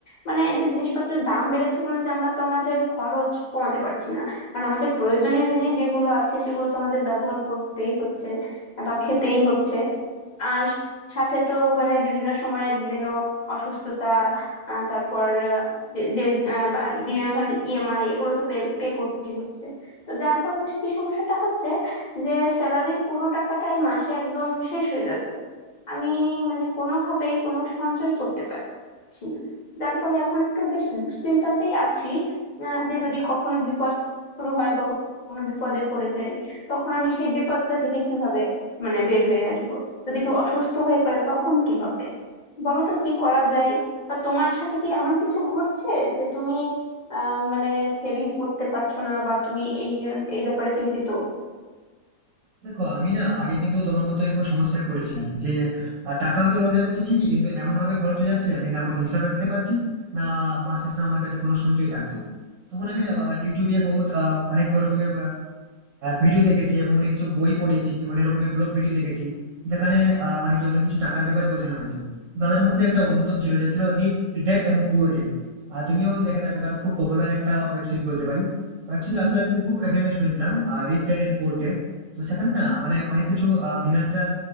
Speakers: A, on the left; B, on the right.
A: মানে এই যে জিনিসপত্রের দাম বেড়েছে বলে যে আমরা তো আমাদের খরচ কমাতে পারছি না কারণ আমাদের প্রয়োজনীয় জিনিস যেগুলো আছে সেগুলো তো আমাদের ব্যবহার করতেই হচ্ছে বা খেতেই হচ্ছে আর সাথে তো মানে বিভিন্ন সময়ের বিভিন্ন অসুস্থতা আহ, তারপর আহ, যে যে, আহ, বা বিভিন্ন ধরনের ইএমআই এগুলো তো পে পে করতেই হচ্ছে তো যার ফলে কি সমস্যাটা হচ্ছে যে স্যালারির পুরো টাকাটাই মাসে একদম শেষ হয়ে যাচ্ছে আমি মানে কোনোভাবেই কোনো সঞ্চয় করতে পারছি না যার ফলে এখন একটু বেশ দুশ্চিন্তাতেই আছি আহ, যে যদি কখনো বিপদ শুরু হয় বা কোনো বিপদে পড়ে যাই তখন আমি সেই বিপদটা থেকে কিভাবে মানে বের হয়ে আসব যদি কেউ অসুস্থ হয়ে পড়ে তখন কি হবে বলো তো কি করা যায় বা তোমার সাথে কি এমন কিছু ঘটছে যে তুমি আহ মানে সেভিংস করতে পারছো না বা তুমি এই এই ব্যাপারে চিন্তিত
B: দেখো আমি না আগে কিন্তু তোমার মতো এরকম সমস্যায় পড়েছিলাম যে আহ, টাকা হয়তো রোজগার করছি ঠিকই কিন্তু এমন ভাবে খরচ হয়ে যাচ্ছে আমি না কোনো হিসাব রাখতে পারছি না মাস শেষে আমার কাছে কোনো সঞ্চয় থাকছে তখন আমি না আহ, ইউটিউবে বহুত আহ, অনেক রকমের ভিডিও দেখেছি এবং অনেক কিছু বই পড়েছি অনেক রকমের ব্লগ ভিডিও দেখেছি যেখানে আহ, মানে কি অনেক কিছু টাকার ব্যাপারে বোঝানো হয়েছে তাদের মধ্যে একটা অন্যতম ছিল যেটা ছিল রিচ ড্যাড এবং পুয়ার ড্যাড আর তুমিও হয়তো দেখে থাকবে কারণ খুব পপুলার একটা ওয়েব সিরিজ বলতে পারি ওয়েব সিরিজ আসলে আমি খুব খুব এফএম এ শুনেছিলাম rich dad and poor dad তো সেখানে না মানে অনেক কিছু ফিনান্সিয়াল